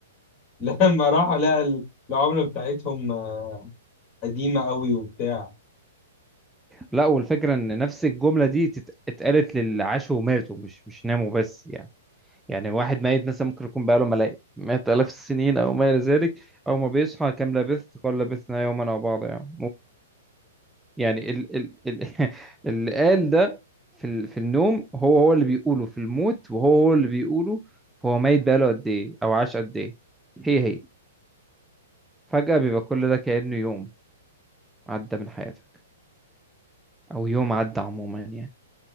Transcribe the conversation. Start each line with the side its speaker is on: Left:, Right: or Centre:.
Left: <laughs> لما راحوا لقى ال- العملة بتاعتهم آه، قديمة قوي وبتاع
Centre: لا والفكرة إن نفس الجملة دي تت- اتقالت للي عاشوا وماتوا مش مش ناموا بس يعني يعني واحد ميت مثلا ممكن يكون بقاله ملايين مئات آلاف السنين أو ما إلى ذلك أول ما بيصحى كم لبثت قال لبثنا يوما أو بعض يعني يعني ال ال ال <laughs> اللي قال ده في ال في النوم هو هو اللي بيقوله في الموت وهو هو اللي بيقوله فهو ميت بقاله قد ايه او عاش قد ايه هي هي فجأة بيبقى كل ده كأنه يوم عدى من حياتك او يوم عدى عموما يعني